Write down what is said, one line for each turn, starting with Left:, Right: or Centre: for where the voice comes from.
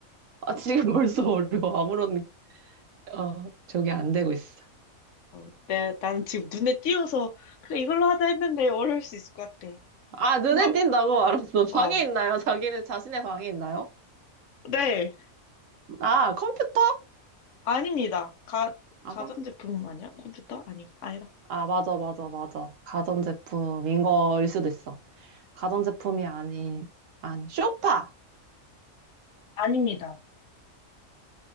Right: 아, 지금 벌써 어려워. 아무런, 느- 어, 저게 안 되고 있어.
Left: 어, 내, 나는 지금 눈에 띄어서, 그래, 이걸로 하자 했는데 어려울 수 있을 것 같아.
Right: 아, 눈에
Left: 뭐,
Right: 띈다고? 알았어. 방에
Left: 어,
Right: 있나요? 자기는 자신의 방에 있나요?
Left: 네.
Right: 아, 컴퓨터?
Left: 아닙니다. 가,
Right: 아,
Left: 가전제품
Right: 컴퓨터 피스.
Left: 아니야? 컴퓨터? 아니, 아니라.
Right: 아, 맞아, 맞아, 맞아. 가전제품인 거일 수도 있어. 가전제품이 아닌, 아니, 쇼파!
Left: 아닙니다.